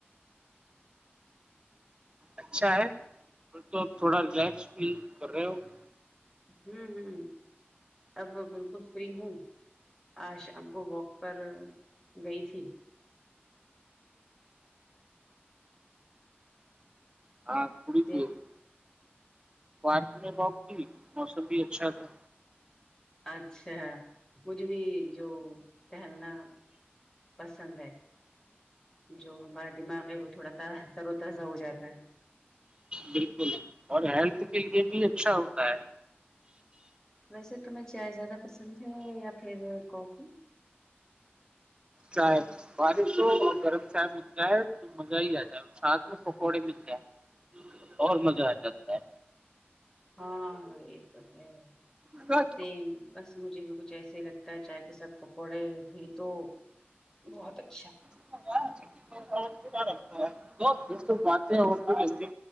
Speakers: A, on the right (about 25°); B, on the left (about 15°).
A: اچھا ہے پر تو اپ تھوڑا ریلیکس فیل کر رہے ہوے
B: ہوں ہوں اب بالکل فری ہوں آج شام کو واک پر گئی تھی
A: <unintelligible>
B: دیکھ
A: پارک میں واگا ک تھی موسم بھی اچھا تھا
B: اچھا مجھ بھی جو ٹہلنا پسند ہے جو ہمارا دماغ ہے وہ تھوڑا ترو تازہ ہو جاتا ہے
A: بالکل اور ہیلتھ کے لیے بھی اچھا ہوتا ہے
B: ویسے تمہیں چائے زیادہ پسند ہے یا پھر کافی
A: چائے بارش ہو اور گرم چائے مل جائے تو مزہ ہی آ جائے ساتھ میں پکوڑے مل جائے اور مزہ آ جاتا ہے
B: ہاں یہ تو ہے
A: پھر
B: سیم بس مجھے بھی کچھ ایسا ہی لگتا ہے چائے کے ساتھ پکوڑے بھی تو بہت اچھا
A: <unintelligible> پھر تو باتیں اور بھی جلدی